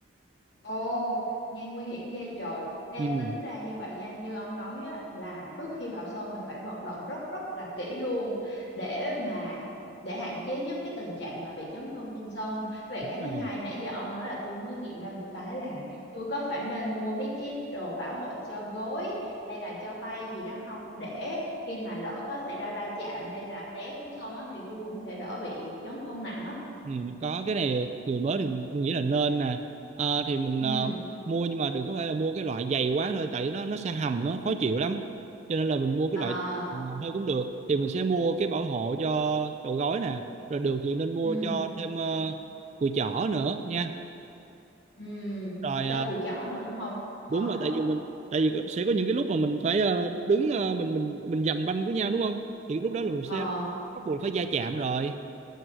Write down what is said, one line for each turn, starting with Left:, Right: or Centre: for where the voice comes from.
Left: Ồ, nghe nguy hiểm ghê trời. Ê,
Right: ừ,
Left: tính ra như vậy nha, như ông nói á, là trước khi vào sân là phải vận động rất rất là kỹ luôn để mà để hạn chế nhất cái tình trạng mà bị chấn thương trên sân. Vậy
Right: đúng
Left: cái thứ
Right: rồi
Left: hai nãy giờ ông nói là tôi mới nghiệm ra một cái là tôi có phải nên mua mấy cái đồ bảo hộ cho gối hay là cho tay gì đó không để khi mà lỡ có xảy ra va chạm hay là té xuống sân á, thì tôi cũng sẽ đỡ bị chấn thương nặng á.
Right: Ừ, có cái này người mới thì mình nghĩ là nên nè Ờ, thì mình
Left: Ừ.
Right: ờ, mua nhưng mà đừng có phải là mua cái loại dày quá thôi tại nó nó sẽ hầm á, khó chịu lắm cho nên là mình mua cái
Left: À,
Right: loại nhẹ thôi cũng được thì mình sẽ mua cái bảo hộ cho đầu gối nè rồi được thì nên mua
Left: ừ.
Right: cho thêm ờ, cùi chỏ nữa nha
Left: Ừ,
Right: rồi
Left: cho
Right: ờ,
Left: cùi chỏ nữa đúng không? Ờ
Right: đúng rồi
Left: rồi.
Right: tại vì mình tại vì sẽ có những cái lúc mà mình phải ờ, đứng ờ, mình mình mình giành banh của nhau đúng không thì lúc đó là mình
Left: Ờ
Right: sẽ bắt buộc phải va chạm rồi